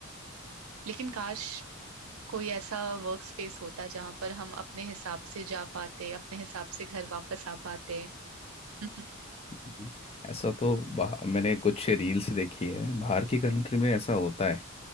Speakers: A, on the right; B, on the left.
A: लेकिन काश कोई ऐसा वर्क स्पेस होता जहां पर हम अपने हिसाब से जा पाते अपने हिसाब से घर वापस आ पाते <laughs>
B: हम्म, ऐसा तो बाह- मैंने कुछ रील्स देखी है बाहर की कंट्री में ऐसा होता है